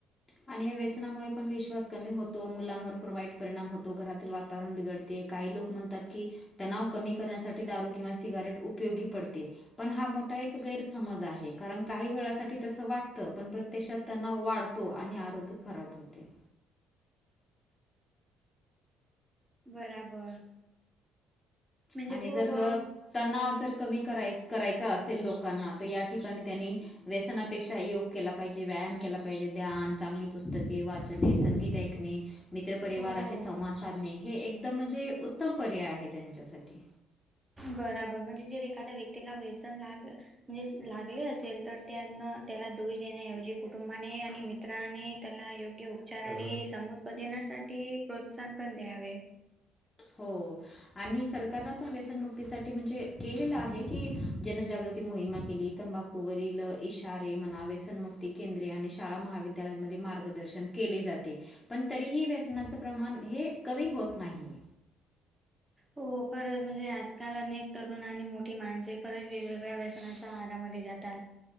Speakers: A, on the left; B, on the right.
A: आणि या व्यसनामुळे पण विश्वास कमी होतो मुलांवर पण वाईट परिणाम होतो घरातील वातावरण बिघडत. ते काही लोक म्हणतात की तणाव कमी करण्यासाठी दारू किंवा सिगारेट उपयोगी पडते. पण हा मोठा एक गैरसमज आहे कारण काही वेळासाठी तस वाटतं पण प्र त्याशातत तणाव वाढतो आणि आरोग्य खराब होते.
B: बराबर. म्हणजे
A: आणि
B: खूप
A: जर तणाव जर कमी कराय करायचा असेल लोक करणार तर या ठिकाणी त्यांनी व्यसनापेक्षा योग केला पाहिजे, व्यायाम केला पाहिजे, ध्यान, चांगली पुस्तके वाचने संगीत ऐ मित्र पररिवाराशी
B: हो
A: संवाद साधणे हे एकदम म्हणजे उत्तम पर्याय आहे त्यांच्यासाठी. ओके
B: बराबर म्हणजे जर एखाद्या व्यक्तीला व्यसन लाग म्हणजे लागले असेल तर त्यान त्याला दोष देण्याऐवजी कुटुंबाने आणि मित्राने त्याला योग्य उपचार आणि समत्पदनासाठी प्रोत्साहन पण द्यावे.
A: हो आणि सरकारन पण व्यसनमुक्तीसाठी म्हणजे केलेलं आहे की जनजागृती मोहिमा केली तंबाखूवरील इशारे म्हनावे सनमुक्ती केंद्रीय आणि शाळा महाविद्यालयांमध्ये मार्गदर्शन केले जाते पण तरीही व्यसनाचं प्रमाण हे कमी होत नाही.
B: हो खरंच म्हणजे आजकाल अनेक तरुण आणि मोठी माणसे खरंच वेगवेगळ्या व्याशना तहारामध्ये जातात.